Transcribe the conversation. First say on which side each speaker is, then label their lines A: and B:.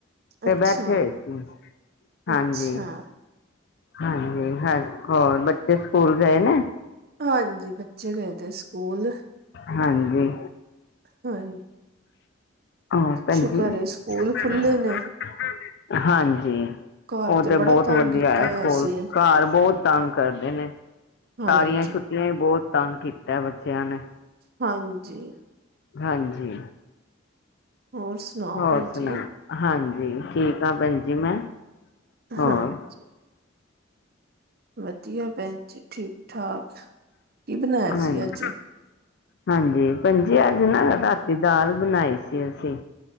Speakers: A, on the left (about 55°); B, on the right (about 50°).
A: ਤੇ
B: ਅੱਛਾ
A: ਬੈਠੇ ਹੋਏ ਸੀ, ਹਾਂਜੀ।
B: ਅੱਛਾ
A: ਹਾਂਜੀ, ਹਰਕੋਰ ਬੱਚੇ ਸਕੂਲ ਗਏ ਨੇ
B: ਹਾਂਜੀ, ਬੱਚੇ ਗਏ ਭੇਜਤੇ ਸਕੂਲ।
A: ਹਾਂਜੀ।
B: ਹਾਂਜੀ।
A: ਔਰ ਭੈਣਜੀ'
B: ਸ਼ੁਕਰ ਏ ਸਕੂਲ
A: ' <unintelligible>
B: ਖੁੱਲੇ ਨੇ
A: ਹਾਂਜੀ,
B: ਘਰ
A: ਉਹ ਤੇ
B: ਬੜਾ
A: ਬਹੁਤ
B: ਤੰਗ
A: ਵਧੀਆ
B: ਕੀਤਾ
A: ਐ
B: ਹੋਇਆ
A: ਸਕੂਲ
B: ਸੀ
A: ਘਰ ਬਹੁਤ ਤੰਗ ਕਰਦੇ ਨੇ,
B: ਹਾਂਜੀ
A: ਸਾਰੀਆਂ ਛੁੱਟੀਆਂ ਬਹੁਤ ਤੰਗ ਕੀਤਾ, ਬੱਚਿਆਂ ਨੇ।
B: ਹਾਂਜੀ।
A: ਹਾਂਜੀ,
B: ਹੋਰ ਸੁਣਾਓ
A: ਔਰ
B: ਭੈਣ
A: ਸੁਣਾ।
B: ਜੀ
A: ਹਾਂਜੀ, ਠੀਕ ਆ ਭੈਣ ਜੀ ਮੈਂ। ਹੋਰ
B: ਹਾਂਜੀ। ਵਧੀਆ ਭੈਣ ਜੀ, ਠੀਕ-ਠਾਕ ਕੀ ਬਣਾਇਆ
A: ਹਾਂਜੀ
B: ਸੀ ਅੱਜ
A: ਹਾਂਜੀ, ਭੈਣਜੀ ਅੱਜ ਨਾ ਰਾਤੀ ਦਾਲ ਬਣਾਈ ਸੀ ਅਸੀਂ।